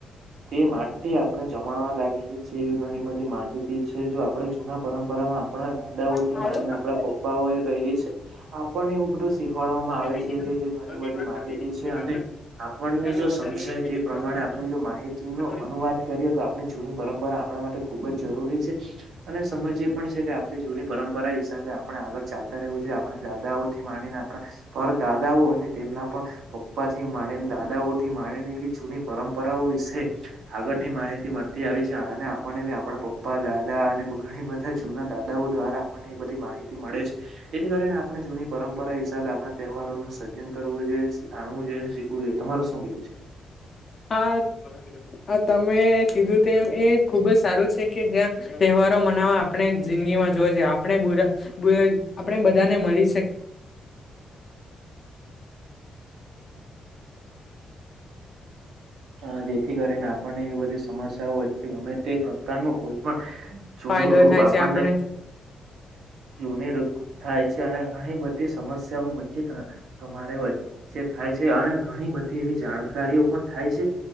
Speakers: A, on the right; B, on the left.
A: તે માટે આપણે જમાણવા લાયક જેવી ઘણી બધી માહિતી છે, જો આપડે જૂના પરંપરામાં આપણા દાદાઓથી
B: પણ આ
A: માનીને
B: લોકોએ
A: આપણા
B: કોને
A: પપ્પાઓ
B: કીધું?
A: એ કઈરી છે, આપણને એવું બધું શીખવાડવામાં
B: દસ
A: આવે છે,
B: મિનિટ
A: કે ઘણી બધી
B: વાત
A: માહિતી
B: કરી દે એની જ ઉપયોગ
A: છે અને
B: આવવાના
A: આપણને
B: પછી દાડામાં
A: જો સમજાય
B: વધારે મિનિટ થઈ
A: તે
B: જાય
A: પ્રમાણે
B: તો પાછું મને
A: આપણે
B: ચોરવાનું.
A: જો માહિતીનો
B: તો થોડી
A: અનુવાદ કરીએ તો આપણે જો જુની પરંપરા આપણા માટે ખુબ જ જરૂરી છે, અને સમજીએ પણ છે, કે આપણી જૂની પરંપરા હિસાબે આપણે આગળ ચાલતા રેહવુ છે, આપણે દાદાઓથી માડીને આપણા પર દાદાઓ આપણને તેમના પણ પપ્પાથી માણીને દાદાઓથી માણીને એવી જૂની પરંપરાઓ વિશે આગળની માહિતી મળતી આવી છે, અને આપણને બી આપણા પપ્પા દાદા અને ઘણી જૂના દાદાઓ દ્વારા આપણને એ બધી માહિતી મળે છે, જેથી કરીને આપણે જૂની પરંપરા હિસાબે આપણા તહેવાર નુ સજન કરવું જોઈએ આણવુ જોઈએ અને શીખવું જોઈએ તમારું શું કેવું છે
B: હા અ ત મે કીધું તેમ એ ખુબ જ સારું છે, કે જ્યાં તહેવારો મનાવવા આપણે જિંદગીમાં જોવા જા યે આપણે બુડા આપણે બધાને મલી શક
A: હ જેથી કરીને આપણને એવી બધી સમસ્યાઓ વચ્ચે ગમે તે પ્રકારનું કોઈ પણ જુનું
B: ફાયદો
A: રૂપ
B: થાય
A: આપણને
B: છે આપણે
A: જૂની રુ થાય છે, અને ઘણી બધી સમસ્યાઓ તમારે વચ્ચે થાય છે, અને ઘણી બધી એવી જાણકારીઓ પણ થાય છે,